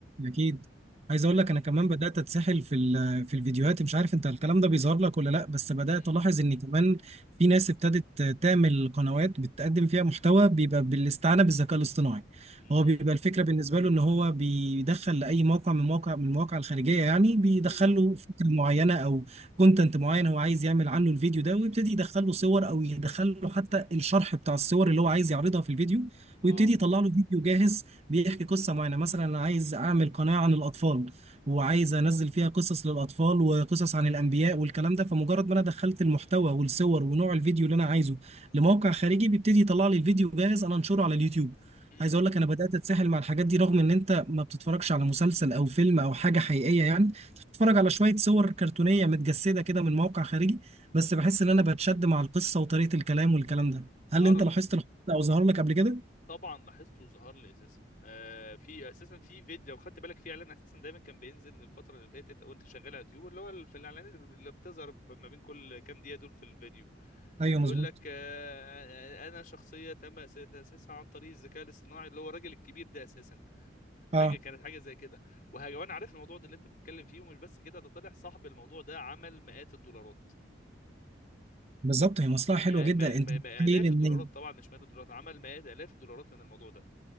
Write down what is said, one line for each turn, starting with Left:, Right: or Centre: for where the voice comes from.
Right: اكيد عايز اقول
Left: انت
Right: لك انا كمان بدات اتسحل في ال- في الفيديوهات مش عارف انت الكلام ده بيظهر لك ولا لا بس بدات
Left: امم
Right: الاحظ ان كمان في ناس ابتدت تعمل قنوات بتقدم فيها محتوى بيبقى بالاستعانه بالذكاء الاصطناعي
Left: امم
Right: هو بيبقى الفكره بالنسبه له ان هو بيدخل لاي موقع من مواقع من المواقع الخارجيه يعني بيدخل
Left: ايوه
Right: له فكره معينه او كونتنت معين هو عايز يعمل عنه الفيديو ده ويبتدي يدخل له صور او يدخل له حتى الشرح بتاع الصور اللي هو عايز يعرضها في الفيديو
Left: اه
Right: ويبتدي يطلع له فيديو جاهز بيحكي قصة معينة مثلا أنا عايز أعمل قناة عن الأطفال وعايز أنزل فيها قصص للأطفال وقصص عن الأنبياء والكلام ده فمجرد ما أنا دخلت المحتوى والصور ونوع الفيديو اللي أنا عايزه لموقع خارجي بيبتدي يطلع لي الفيديو جاهز أنا أنشره على اليوتيوب
Left: امم
Right: عايز أقول لك أنا بدأت أتسحل مع الحاجات دي رغم إن أنت ما بتتفرجش على مسلسل أو فيلم أو حاجة حقيقية يعني بتتفرج على شوية صور كرتونية متجسدة كده من موقع خارجي بس بحس إن أنا بتشد مع القصة وطريقة الكلام والكلام ده هل
Left: تعرف
Right: أنت لاحظت الحوار ده أو ظهر لك قبل كده؟
Left: طبعا لاحظته وظهر لي اساسا آه في اساسا في فيديو لو خدت بالك في اعلان اساسا دايما كان بينزل الفتره اللي فاتت وانت شغال على اليوتيوب اللي هو في الاعلانات اللي بتظهر ما بين كل كام دقيقه دول في الفيديو
Right: أيوه
Left: بيقول
Right: مظبوط
Left: لك آه، آه، آه، انا شخصيه تم أس- تاسيسها عن طريق الذكاء الاصطناعي اللي هو الراجل الكبير ده اساسا
Right: آه
Left: حاجه كانت حاجه زي كده وه- وانا عارف الموضوع ده اللي انت بتتكلم فيه ومش بس كده ده طلع صاحب الموضوع ده عمل مئات الدولارات
Right: بالظبط هي مصلحه حلوه
Left: ما
Right: جدا
Left: ما
Right: انت
Left: ما
Right: متخيل
Left: ما الاف
Right: ان
Left: الدولارات طبعا مش مئات الدولارات عمل مئات الاف الدولارات من الموضوع ده